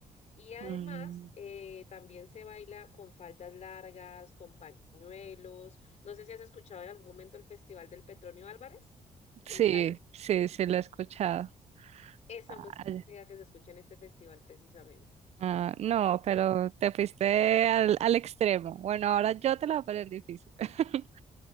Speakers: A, on the left; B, on the right.
A: Y además
B: mm,
A: eh, también se baila con faldas largas, con pañuelos. No sé si has escuchado en algún momento el Festival del Petronio Álvarez
B: sí,
A: en Cali.
B: sí, sí lo he escuchado.
A: Esa
B: Ay,
A: música que se escucha en este festival precisamente.
B: ah, no, pero te fuiste al, al extremo. Bueno, ahora yo te la voy a poner difícil. <laughs>